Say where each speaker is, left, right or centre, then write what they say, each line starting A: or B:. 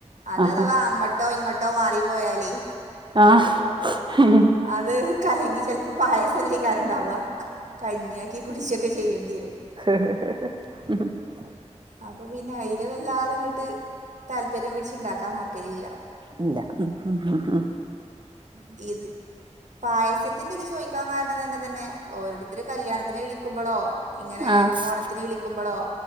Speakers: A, on the right; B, on the right.
A: അത്
B: ആഹാ
A: അഥവാ അങ്ങോട്ടോ ഇങ്ങോട്ടോ മാറി പോയാലേ
B: ആഹാ
A: അത് കലങ്ങി ചിലപ്പോ പായസം അല്ലേ ഇണ്ടാവുക കഞ്ഞാക്കി കുടിച്ചൊക്കെ ചെയ്യണ്ടെരും.
B: <unintelligible>
A: അപ്പൊ പിന്നെ അതിൽ വല്ലാത ങ്ങട്ട് താല്പര്യം പിടിച്ചുണ്ടാക്കാൻ നോക്കലില്ല.
B: ഇല്ല ഉ ഉ
A: ഇത് പായസത്തിന്റെ ഇത് ചോയ്ക്കാൻ കാരണം തന്നെ തന്നെ ഓരോരുത്തർ കല്യാണത്തിന് വിളിക്ക വിളിക്കുമ്പളോ ഇങ്ങനെ
B: ആഹ്
A: ഓണത്തിന് വിളിക്കുമ്പളോ